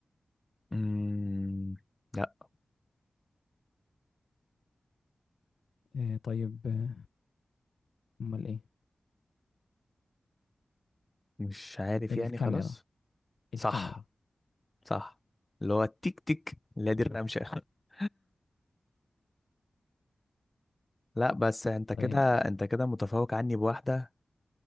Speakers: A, on the left (about 20°); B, on the left (about 85°).
A: مم، لا
B: آه طيب آه، أمال إيه
A: مش عارف
B: الكاميرا
A: يعني خلاص صح
B: الكاميرا
A: صح اللي هو التيك تيك اللي هي دي الرمشة <laughs> لا بس انت
B: طيب
A: كده انت كده متفوق عني بواحدة